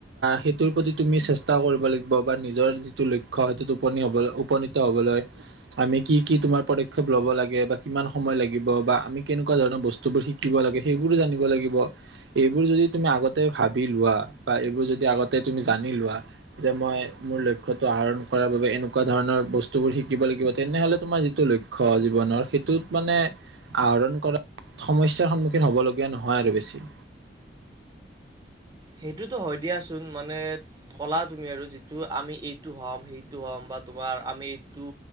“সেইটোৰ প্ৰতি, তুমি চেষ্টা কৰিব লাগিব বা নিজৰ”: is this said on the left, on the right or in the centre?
Right